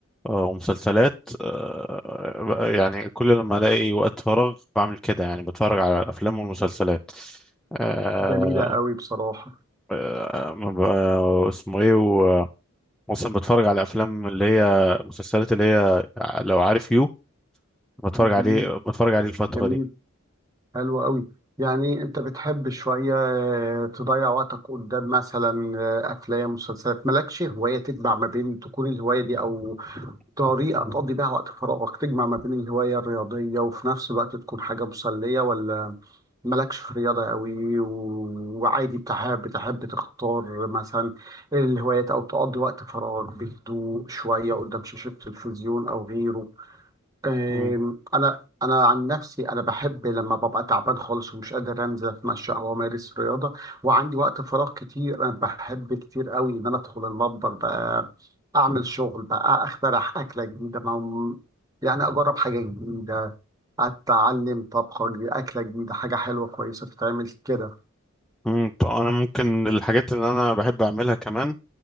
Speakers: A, in the centre; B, on the right (about 15°).
A: آه، ومسلسلات آه، يعني كل لما الاقي وقت فراغ بعمل كده يعني بتفرج على الافلام والمسلسلات آه،
B: جميله قوي بصراحه
A: آه، ما ب- اسمه ايه و- مثلا بتفرج على افلام اللي هي مسلسلات اللي هي لو عارف يو بتفرج
B: مهم.
A: عليه بتفرج عليه الفتره
B: جميل حلو قوي يعني انت بتحب شويه آه، تضيع وقتك قدام مثلا آه، افلام مسلسلات مالكش هوايه تجمع ما بين تكون الهوايه دي او
A: دي
B: طريقه تقضي بيها وقت فراغك تجمع ما بين الهوايه الرياضيه وفي نفس الوقت تكون حاجه مسليه ولا مالكش في رياضة قوي و- وعادي بتحب بتحب تختار مثلا الهوايات أو تقضي وقت فراغ بهدوء شوية قدام شاشة تلفزيون أو غيره أم،
A: مم.
B: انا انا عن نفسي انا بحب لما ببقى تعبان خالص ومش قادر انزل اتمشى او امارس رياضه وعندي وقت فراغ كتير انا بحب كتير قوي ان انا ادخل المطبخ بقى اعمل شغل بقى اخترع اكله جديده ما يعني اجرب حاجه جديده اتعلم طبخه جديدة، اكله جديده حاجه حلوه كويسه تتعمل كده
A: مم. طب انا ممكن الحاجات اللي انا بحب اعملها كمان